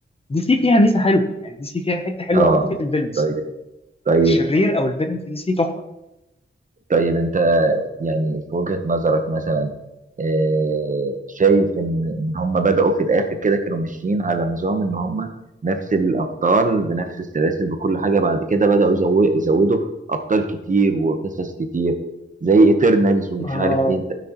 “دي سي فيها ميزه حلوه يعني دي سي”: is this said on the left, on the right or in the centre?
Left